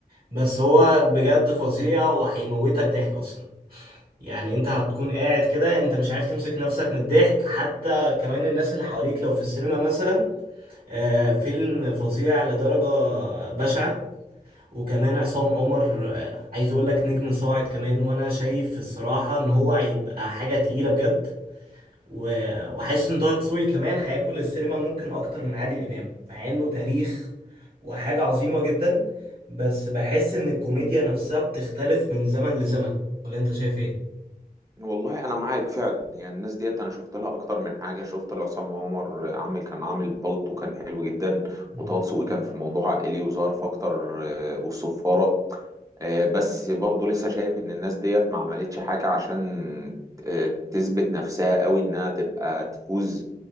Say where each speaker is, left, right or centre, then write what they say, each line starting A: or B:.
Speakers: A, on the right; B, on the right.
A: بس هو بجد فظيع وهيموتك ضحك اصلا يعني انت هتكون قاعد كده انت مش عارف تمسك نفسك من الضحك حتى كمان الناس اللي حواليك لو في السينما مثلا آه فيلم فظيع لدرجة بشعة وكمان عصام عمر آه، عايز اقول لك نجم صاعد كمان وانا شايف الصراحة ان هو هيبقى حاجة تقيلة بجد و- واحس ان طه دسوقي كمان هياكل السينما ممكن اكتر من عادل امام مع انه تاريخ وحاجة عظيمة جدا بس بحس ان الكوميديا نفسها بتختلف من زمن لزمن ولا انت شايف ايه؟
B: والله انا معاك فعلا يعني الناس ديت انا شفت لها اكتر من حاجه شفت لعصام عمر عامل كان عامل بالطو كان حلو جدا
A: مم.
B: وطه دسوقي كان في موضوع عائلي وظهر في اكتر آه، والصفاره آه، بس برضو لسه شايف ان الناس ديت ما عملتش حاجة عشان آه، تثبت نفسها قوي انها تبقى تفوز